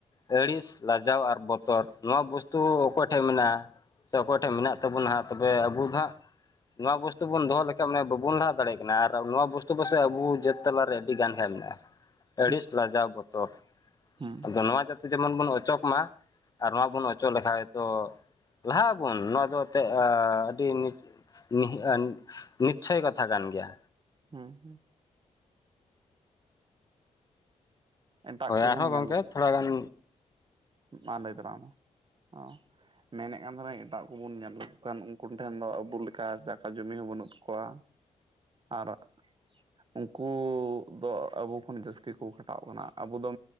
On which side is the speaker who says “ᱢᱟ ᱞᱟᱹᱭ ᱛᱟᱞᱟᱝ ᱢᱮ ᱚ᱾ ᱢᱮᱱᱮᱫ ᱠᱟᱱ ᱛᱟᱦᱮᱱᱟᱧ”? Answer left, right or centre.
Right